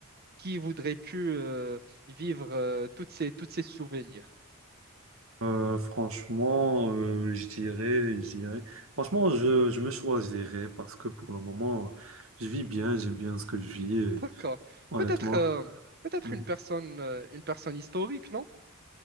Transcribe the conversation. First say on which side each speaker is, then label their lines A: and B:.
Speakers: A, on the right (about 45°); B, on the right (about 70°).
A: qui voudrais-tu euh, vivre euh, toutes ces toutes ces souvenirs?
B: Euh, franchement, euh, je dirais, je dirais. Franchement, je, je me choisirais parce que pour le moment, je vis bien, j'aime bien ce que je vis, et
A: D'accord.
B: honnêtement.
A: Peut-être euh, peut-être
B: Mhm.
A: une personne euh, une personne historique, non?